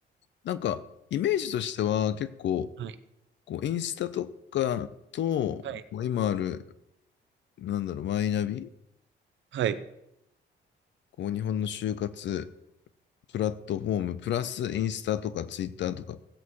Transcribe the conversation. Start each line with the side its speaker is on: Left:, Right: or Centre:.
Left: なんか、イメージとしては結構、
Right: はい。
Left: こう、インスタとかと、こう今ある、
Right: はい。
Left: なんだろう、マイナビ、
Right: はい。
Left: こう、日本の就活プラットフォーム、プラスインスタとかツイッターとか、